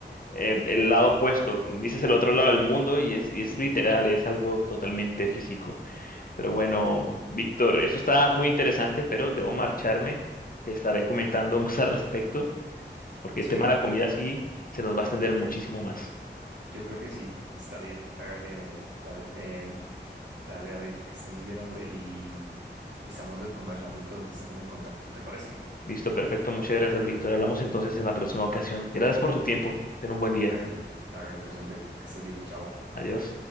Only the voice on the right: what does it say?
Sí,
yo creo que sí, está bien. Hágale, David, eh, dale, David, que esté muy bien, hombre. Y, y estamos conversando entonces, estamos en contacto, ¿te parece?
Hágale, hágale pues, hombre, que estés bien. Chao.